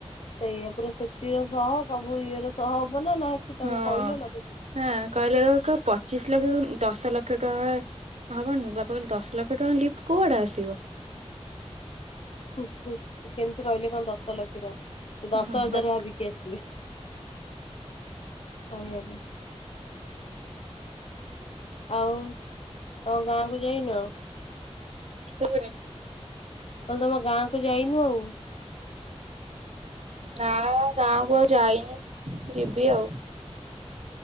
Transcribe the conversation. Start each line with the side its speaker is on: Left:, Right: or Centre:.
Left: ସେଇଆ ପୁରା ସେଫ୍ଟିର ସହ ସବୁ ଇଏର ସହ ନା ନା କି ତମେ
Right: ହଁଁ
Left: କହିଲ ଲଗେଇଦେଲ।
Right: କହିଲେ କ ପଚିଶ ଲକ୍ଷରୁ ଦଶ ଲକ୍ଷ ଟଙ୍କା ହଁ ହବନି ବାପା କହିଲେ ଦଶ ଲକ୍ଷ ଟଙ୍କା ଲିଫ୍ଟ କୋଉଆଡେ ଆସିବ?
Left: ହୁଁ କେମିତି କହିଲେ କଣ ଦଶ ଲକ୍ଷର ଦଶ
Right: ହଁ
Left: ହଜାର ଭାବିକି ଆସିଥିବେ। କହିହେବେ। ଆଉ ତମ ଗାଁ କୁ ଯାଇନ?
Right: କୋଉ ଗାଁ କୁ?
Left: କହିଲି ତମ ଗାଁକୁ ଯାଇନୁ ଆଉ?
Right: ନା ଗାଁ କୁ ଆଉ ଯାଇନି ଯିବି ଆଉ।